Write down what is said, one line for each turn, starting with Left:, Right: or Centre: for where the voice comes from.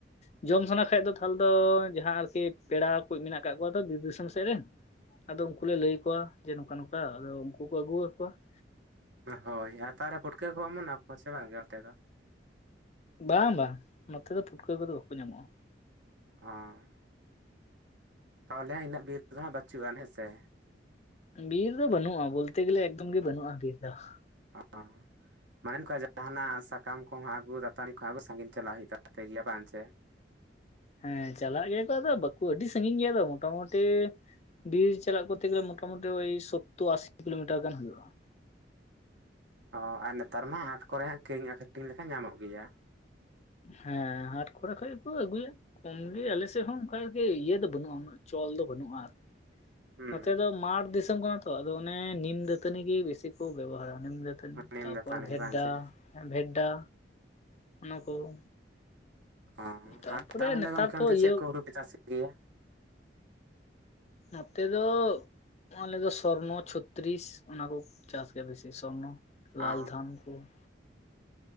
Left: ᱡᱚᱢ ᱥᱟᱱᱟ ᱠᱷᱟᱡ ᱫᱚ ᱛᱟᱦᱚᱞᱮ ᱫᱚ, ᱡᱟᱦᱟᱸ ᱟᱨᱠᱤ ᱯᱮᱲᱟ ᱠᱩᱡ ᱢᱮᱱᱟᱜ ᱟᱠᱟᱜ ᱠᱚᱣᱟ ᱛᱚ, ᱵᱤᱨ ᱫᱤᱥᱚᱢ ᱥᱮᱫ ᱨᱮᱱ, ᱟᱫᱚ ᱩᱱᱠᱩ ᱞᱮ ᱞᱟᱹᱭ ᱠᱚᱣᱟ, ᱡᱮ ᱱᱚᱝᱠᱟ ᱱᱚᱝᱠᱟ ᱟᱫᱚ ᱩᱱᱠᱩ ᱠᱚ ᱟᱹᱜᱩ ᱟᱠᱚᱣᱟ ᱾
Right: ᱦᱳᱭ ᱟᱨ ᱛᱟᱦᱚᱞᱮ ᱯᱩᱴᱠᱟᱹ ᱠᱚ ᱚᱢᱚᱱᱟ ᱠᱚᱣᱟ ᱥᱮ ᱵᱟᱝ ᱜᱮ ᱚᱱᱛᱮ ᱫᱚ?
Left: ᱵᱟᱝ ᱵᱟᱝ, ᱱᱚᱛᱮ ᱫᱚ ᱯᱩᱴᱠᱟᱹ ᱠᱚᱫᱚ ᱵᱟᱠᱚ ᱧᱟᱢᱚᱜᱼᱟ ᱾
Right: ᱚᱸᱻ, ᱛᱟᱦᱚᱞᱮ ᱦᱟᱸ ᱤᱱᱟᱹᱜ ᱵᱤᱨ ᱫᱚ, ᱦᱟᱸᱜ ᱵᱟᱪᱩᱜ-ᱟ ᱦᱮᱸ ᱥᱮ?
Left: ᱵᱤᱨ ᱫᱚ ᱵᱟᱹᱱᱩᱜᱼᱟ ᱵᱚᱞᱛᱮ ᱜᱮᱞᱮ, ᱮᱠᱫᱚᱢ ᱜᱮ ᱵᱟᱹᱱᱩᱜᱼᱟ ᱵᱤᱨ ᱫᱚ ᱾
Right: ᱚᱸ, ᱢᱟᱱᱮ ᱚᱱᱠᱟᱱ ᱡᱟᱦᱟᱱᱟᱜ ᱥᱟᱠᱟᱢ ᱠᱚᱦᱚᱸ, ᱟᱜᱩ ᱫᱟᱛᱟᱱᱤ ᱠᱚᱦᱚᱸ ᱟᱜᱩ ᱥᱟᱺᱜᱤᱧ ᱪᱟᱞᱟᱜ ᱦᱳᱭᱳᱜ ᱛᱟᱯᱮ ᱜᱮᱭᱟ ᱵᱟᱝ ᱥᱮ?
Left: ᱦᱮᱸ ᱪᱟᱞᱟᱜ ᱜᱮᱭᱟ ᱠᱚ ᱟᱫᱚ ᱵᱟᱠᱚ, ᱟᱹᱰᱤ ᱥᱟᱜᱤᱧ ᱜᱮᱭᱟ ᱛᱚ ᱢᱚᱴᱟᱢᱩᱴᱤ ᱵᱤᱨ ᱪᱟᱞᱟᱜ ᱠᱚᱛᱮ ᱜᱮᱞᱮ ᱢᱚᱴᱟ ᱢᱩᱴᱤ ᱳᱭ ᱥᱳᱛᱛᱳ ᱟᱥᱤ ᱠᱤᱞᱳᱢᱤᱴᱟᱨ ᱜᱟᱱ ᱦᱳᱭᱳᱜᱼᱟ ᱾
Right: ᱚ ᱟᱨ ᱱᱮᱛᱟᱨ ᱢᱟ ᱦᱟᱴ ᱠᱚᱨᱮ ᱦᱟᱸ ᱠᱤᱨᱤᱧ ᱟᱠᱷᱨᱤᱧ ᱞᱮᱠᱷᱟᱱ ᱧᱟᱢᱚᱜ ᱜᱮᱭᱟ ᱾
Left: ᱦᱮᱸ ᱦᱟᱴ ᱠᱚᱨᱮ, ᱠᱷᱚᱡ ᱠᱚ ᱟᱹᱜᱩᱭᱟ ᱾ ᱠᱚᱢᱜᱮ ᱟᱞᱮᱥᱮᱫ ᱦᱚᱸ ᱚᱱᱠᱟ ᱜᱮ ᱤᱭᱟᱹ ᱫᱚ ᱵᱟᱹᱱᱩᱜᱼᱟ, ᱩᱱᱟᱹᱜ ᱪᱚᱞ ᱫᱚ ᱵᱟᱹᱱᱩᱜᱼᱟ ᱟᱨᱠᱤ ᱾
Right: ᱦᱩᱸ
Left: ᱱᱚᱛᱮ ᱫᱚ ᱢᱟᱴᱷ ᱫᱤᱥᱚᱢ ᱠᱟᱱᱟ ᱛᱚ, ᱟᱫᱚ ᱚᱱᱮ ᱱᱤᱢ ᱫᱟᱹᱛᱟᱹᱱᱤ ᱜᱮ ᱵᱮᱥᱤ ᱠᱚ ᱵᱮᱵᱚᱦᱟᱨᱟ ᱱᱤᱢ ᱫᱟᱹᱛᱟᱹ
Right: ᱱᱤᱢ
Left: ᱛᱟᱯᱚᱨ,
Right: ᱫᱟᱹᱛᱟᱹᱱᱤ
Left: ᱵᱷᱮᱰᱰᱟ,
Right: ᱵᱟᱝ ᱪᱮ
Left: ᱵᱷᱮᱰᱰᱟ᱾ ᱚᱱᱟ ᱠᱚ,
Right: ᱚ
Left: ᱛᱟᱨᱯᱚᱨᱮ
Right: ᱟᱨ ᱛᱟᱦᱚᱞᱮ
Left: ᱱᱮᱛᱟᱨ
Right: ᱜᱚᱝᱠᱮ
Left: ᱛᱚ
Right: ᱚᱱᱛᱮ,
Left: ᱤᱭᱟᱹ
Right: ᱪᱮᱫ ᱠᱚ ᱦᱳᱲᱳ ᱯᱮ ᱪᱟᱥᱮᱫ ᱜᱮᱭᱟ?
Left: ᱱᱚᱛᱮ ᱫᱚ ᱟᱞᱮ ᱫᱚ ᱥᱚᱨᱱᱚ, ᱪᱷᱚᱛᱨᱤᱥ ᱚᱱᱟ ᱠᱚ ᱪᱟᱥ ᱜᱮᱭᱟ ᱵᱮᱥᱤ ᱥᱚᱨᱱᱚ, ᱞᱟᱞ
Right: ᱚ
Left: ᱫᱷᱟᱱ ᱠᱚ ᱾